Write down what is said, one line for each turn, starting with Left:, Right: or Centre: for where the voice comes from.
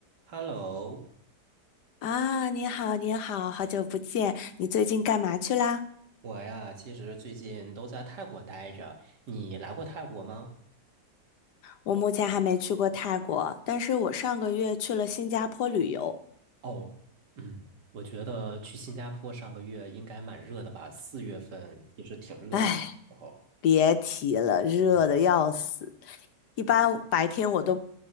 Right: Hello，
Left: 啊，你好，你好，好久不见，你最近干嘛去啦？
Right: 我呀，其实最近都在泰国待着。你来过泰国吗？
Left: 我目前还没去过泰国，但是我上个月去了新加坡旅游。
Right: 哦，嗯，我觉得去新加坡上个月应该蛮热的吧，四月份也是挺热的时候。
Left: 唉，别提了，热的要死。
Right: 嗯
Left: 一般白天我都